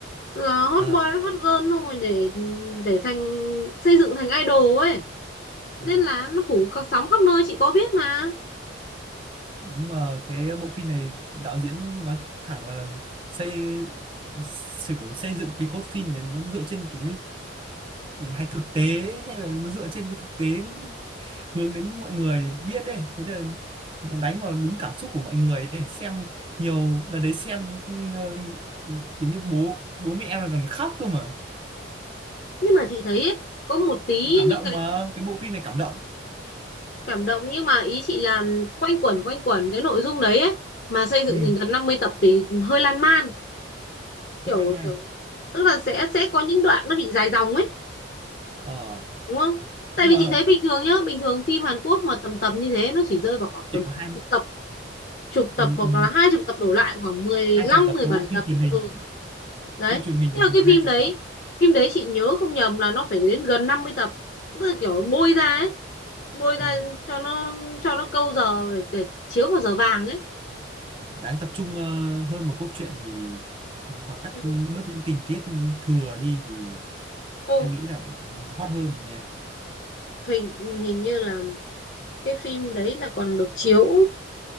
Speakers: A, on the left; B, on the right.
A: là hot
B: ờ
A: boy hot girl xong rồi để để thành xây dựng thành idol ấy
B: ừ.
A: nên là nó phủ khắp- sóng khắp nơi chị có biết mà
B: nhưng mà cái bộ phim này đạo diễn nói thẳng là xây xây, xây dựng cái cốt phim này nó dựa trên kiểu như hình hài thực tế ấy, hay là nó dựa trên cái thực tế hướng đến mọi người biết đấy thế nên nó đánh vào đúng cảm xúc của mọi người ấy. xem nhiều đợt đấy xem ờ, kiểu như bố bố mẹ em là còn khóc cơ mà
A: nhưng mà chị thấy ấy, có một tí
B: cảm
A: những
B: động
A: cái
B: mà cái bộ phim này cảm động
A: cảm động nhưng mà ý chị là quanh quẩn quanh quẩn cái nội dung đấy ấy mà xây dựng
B: ừ
A: thành gần 50 tập thì hơi lan man kiểu
B: hơi lan man
A: kiểu tức là sẽ sẽ có những đoạn nó bị dài dòng ấy
B: ờ
A: đúng không tại
B: nhưng
A: vì
B: mà
A: chị thấy bình thường nhá bình thường phim Hàn Quốc mà tầm tầm như thế nó chỉ rơi vào khoảng tầm
B: chỉ có hai
A: khoảng chục tập chục tập
B: ừ,
A: hoặc
B: ừ,
A: là hai chục tập đổ lại khoảng mười
B: hai
A: lăm
B: chục tập
A: mười
B: thôi
A: bảy tập
B: phim truyền hình
A: ừ đấy
B: phim truyền hình
A: nhưng
B: từ
A: mà cái phim
B: hai chục
A: đấy
B: tập
A: phim đấy chị nhớ không nhầm là nó phải đến gần 50 tập tức là kiểu bôi ra ấy bôi ra
B: ừ.
A: cho nó cho nó câu giờ để, để chiếu vào giờ vàng ấy
B: đáng tập trung ờ, hơn vào cốt truyện thì ờ, hoặc cắt
A: Ừ.
B: bớt những tình tiết thừa đi thì
A: Ừ.
B: em nghĩ lại còn hot hơn nhỉ
A: hình hình như là cái phim đấy là còn được chiếu